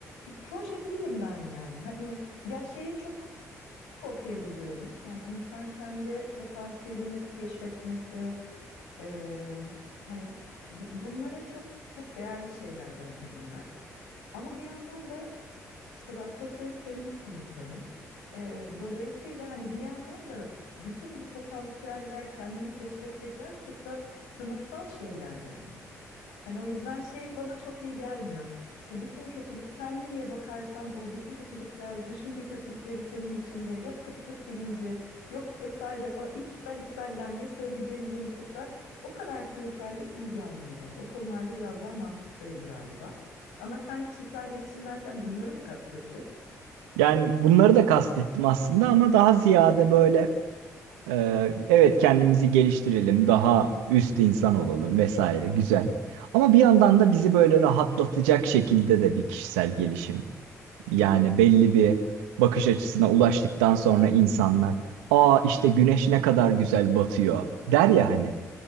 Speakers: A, on the left (about 75°); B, on the right (about 75°).
A: Proje değilim ben yani. Hani ya şeyi çok Çok okey buluyorum. Yani insan kendi potansiyelini keşfetmesi, e, hani bu- bunlara çok çok değerli şeyler bence bunlar. Ama bir yandan da işte ben sosyalist feminist bir insanım. E, dolayısıyla hani bir yandan da bütün bu potansiyeller, kendini keşfetmekler çok da sınıfsal şeyler yani. Hani o yüzden şey bana çok iyi gelmiyor. İşte bütün kötülük sen nereye bakarsan o bütün kötülükler, düşünce kötülükleri senin içinde. Yok kıtlık bilinci, yok vesaire falan iptal iptaller ne söyleyeceğimizi unuttuklar. O kadar spiritüellik iyi gelmiyor bana. O konularda biraz daha mantıktayım galiba. Ama sen kişisel gelişim derken bunları mı kastettin?
B: Yani bunları da kastettim aslında ama daha ziyade böyle e, evet kendimizi geliştirelim, daha üst insan olalım vesaire güzel. Ama bir yandan da bizi böyle rahatlatacak şekilde de bir kişisel gelişim. Yani belli bir bakış açısına ulaştıktan sonra insanlar aa işte güneş ne kadar güzel batıyor der ya hani.